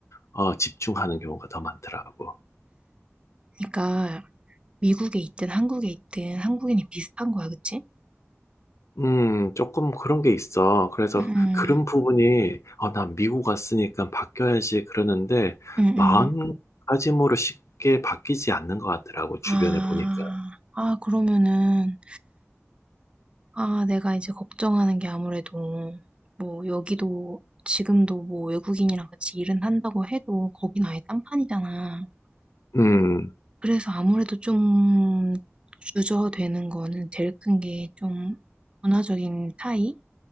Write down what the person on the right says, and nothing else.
그러니까 미국에 있든 한국에 있든 한국인이 비슷한 거야, 그치?
응, 응,
응,
응.
아,
아, 그러면은 아, 내가 이제 걱정하는 게 아무래도 뭐 여기도 지금도 뭐 외국인이랑 같이 일은 한다고 해도 거긴 아예 딴판이잖아.
그래서 아무래도 좀 주저되는 거는 제일 큰 게 좀 문화적인 차이?